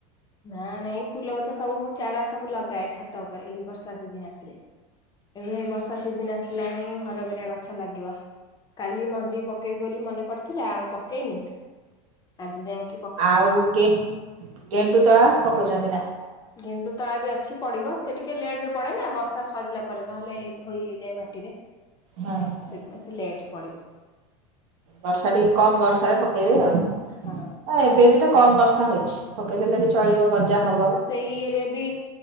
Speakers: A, on the left; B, on the right.
A: ନା ନାଇଁ ଏଇ ଫୁଲ ଗଛ ସବୁ ମୁଁ ଚାରା ସବୁ ଲଗାଏ ଛାତ ଉପରେ ଏଇ ବର୍ଷା ସିଜିିନ ଆସିଲେ ଏବେ ଏଇ ବର୍ଷା ସିଜିିନ ଆସିଲାଣି ହରଗୋଉରା ଗଛ ଲାଗିବ କାଲି ମଞ୍ଜି ପକେଇବି ବୋଲି ମନେ ପଡିଥିଲା ଆଉ ପକେଇନି ଆଜି ଯାଇଁ
B: ଆଉ ଗେ ଗେଣ୍ଡୁ। ତଳା ପକଉଛନ୍ତି ନା।
A: ଗେଣ୍ଡୁତଳା ବି ଅଛି ପଡିବ ସେ ଟିକେ ଲେଟ୍ ରେ ପଡେ ନା ବର୍ଷା ସରିଲା ପରେ ନହେଲେ ଧୋଇ ହେଇଯାଏ ମାଟିରେ।
B: ହଁ ହଁ
A: ସେଥିପାଇଁ ସେ ଲେଟ ରେ ପଡିବ
B: ବର୍ଷା ଟିକେ କମ ବର୍ଷାରେ ପକେଇବେ ଆଉ।
A: ହଁ
B: ଏ ବେବିତ କମ ବର୍ଷା ହୋଉଚି ପକେଇ ଦେଲେ ବି ଚଳିବ ଗଜା
A: ହଁ
B: ହବ
A: ମୁଁ ସେଇ ଇଏରେ ବି